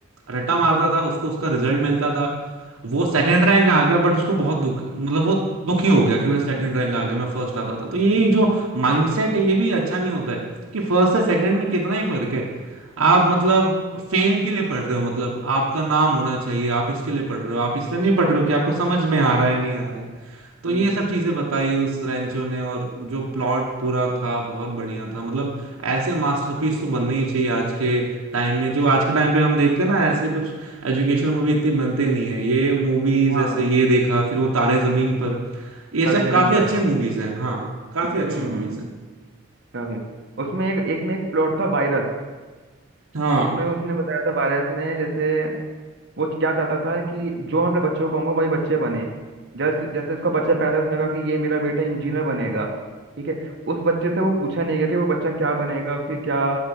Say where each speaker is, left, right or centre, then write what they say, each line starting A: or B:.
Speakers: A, on the right; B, on the right.
A: रट्टा मारता था उसको उसका रिजल्ट मिलता था वो सेकंड रैंक आ गया बट उसको बहुत दुख मतलब वो दुखी हो गया कि भाई सेकंड रैंक आ गया मैं फर्स्ट आता था तो ये
B: हम्म,
A: एक जो माइंडसेट है ये भी अच्छा नहीं होता है कि फर्स्ट से सेकंड में कितना ही फर्क है आप मतलब फेम के लिए पढ़ रहे हो मतलब आपका नाम होना चाहिए आप इसके लिए पढ़ रहे हो आप इसलिए नहीं पढ़ रहे हो कि आपको समझ में आ रहा है या नहीं आ रहा है तो
B: हम्म,
A: ये सब चीजें बताई उस रेंचो ने और जो प्लॉट पूरा था बहुत बढ़िया था मतलब ऐसे मास्टरपीस तो बनने ही चाहिए आज के टाइम में जो आज के टाइम पे हम देखते हैं ना ऐसे कुछ एजुकेशनल मूवी इतनी बनते नहीं है ये मूवी
B: हाँ
A: जैसे ये देखा फिर वो तारे जमीन पर ये
B: सारे
A: सब
B: जमीन
A: काफी अच्छे
B: पर
A: मूवीज हैं हाँ काफी
B: हम्म
A: अच्छी मूवीज
B: हम्म
A: हैं
B: काफी उसमें एक इसमें एक प्लॉट था वायरस
A: हाँ
B: उसमें उसने बताया था वायरस ने जैसे वो क्या चाहता था कि जो मैं अपने बच्चों को कहूंगा वही बच्चे बने जैसे जैसे उसका बच्चा पैदा हुआ, उसने कहा कि ये मेरा बेटा इंजीनियर बनेगा ठीक है उस बच्चे से वो पूछा नहीं गया कि वो बच्चा क्या बनेगा उसकी क्या